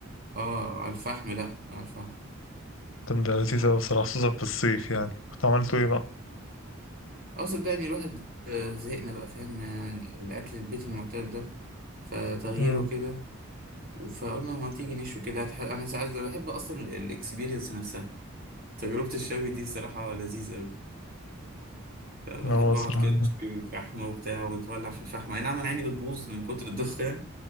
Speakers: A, on the right; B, on the left.
A: آه على الفحم لأ على الفحم
B: طب ده لذيذ
A: اه
B: قوي الصراحه خصوصا في الصيف يعني كنت عملته ايه بقى
A: آه، صدقني الواحد آه، زهقنا بقى فاهم آه، الاكل البيت المعتاد ده فتغييره
B: امم
A: كده فقلنا ما تيجي نشوي كده هتح- انا ساعات بحب اصلا الاكسبيرينس نفسها تجربة الشوي دي صراحة لذيذة أوي بحب
B: هو الصراحه
A: أقعد كده أشوي الفحم وبتاع ونولع في الفحم أي نعم أنا عيني بتبوظ من كتر الدخان